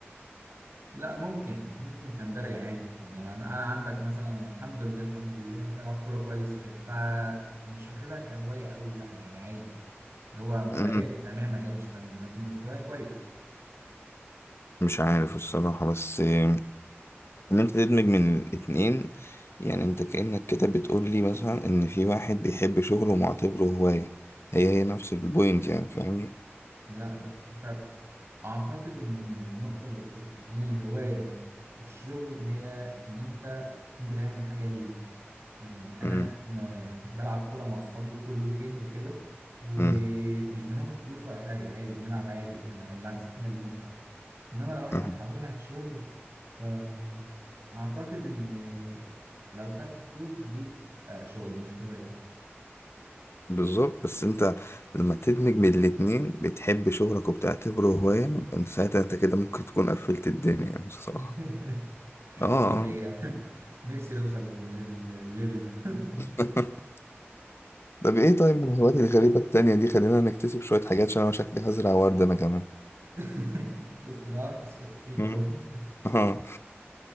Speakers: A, on the right; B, on the left.
A: لا ممكن ممكن تندرج عادي يعني انا انا عندك مثلا الحمد لله الحمد لله بلعب كوره كويس وكده فمش واخدها كهوايه قوي لا يعني عادي اللي هو ما
B: مم.
A: لعبت تمام ما لعبتش تمام لكن مستواي كويس
B: مش عارف الصراحة بس آه، إن أنت تدمج من الاتنين يعني أنت كأنك كده بتقول لي مثلا إن في واحد بيحب شغله ومعتبره هواية هي هي نفس البوينت يعني فاهمني
A: لا لا في فرق اعتقد ان النقطة اللي بتفصل بين الهواية والشغل هي ان انت بتكون بتعمل الحاجة ليه يعني انا
B: مم.
A: ما يعني بلعب كورة مع اصحابي كل ويكند وكده ومش
B: مم.
A: بناخد فلوس ولا حاجة عادي بنلعب عادي يعني ده بالعكس احنا اللي بندفع انما لو احنا
B: مم.
A: نحولها لشغل فاعتقد ان لو خدت فلوس دي تبقى شغل مش هواية
B: بالظبط بس انت لما تدمج بين الاتنين بتحب شغلك وبتعتبره هواية انت ساعتها انت كده ممكن تكون قفلت الدنيا يعني بصراحة
A: <laughs>
B: اه آه.
A: دي حقيقة <laughs> نفسي نوصل لل- للليفل ده
B: <laughs>
A: <laughs>
B: طب ايه طيب من الهوايات الغريبة التانية دي خلينا نكتسب شوية حاجات عشان انا شكلي هزرع ورد انا كمان
A: <laughs> شفت بقى اثرت فيك
B: مم.
A: اهو <laughs>
B: اه